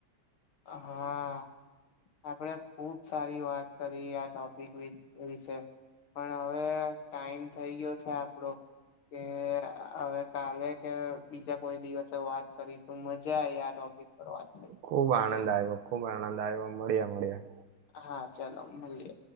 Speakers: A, on the left; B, on the right.
A: હા આપડે ખુબ સારી વાત કરી આ ટોપિક વિશે પણ હવે ટાઈમ થઈ ગયો છે આપડો કે હવે કાલે કે બીજા કોઈ દિવસે વાત કરીશું મજા આ આ ટોપિક પર વાત કરી
B: ખુબ આનંદ આવ્યો ખુબ આનંદ આવ્યો મળ્યા મળ્યા
A: હા ચાલો મળીએ